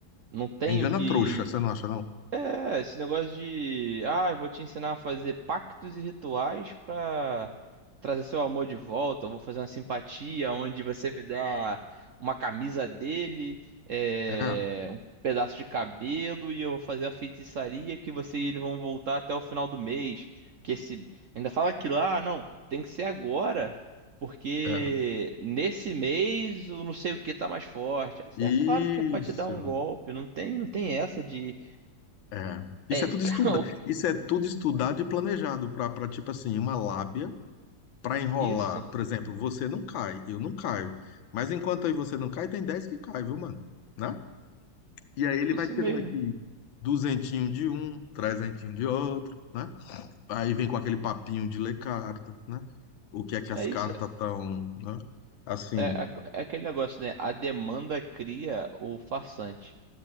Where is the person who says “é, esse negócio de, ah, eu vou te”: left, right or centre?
Right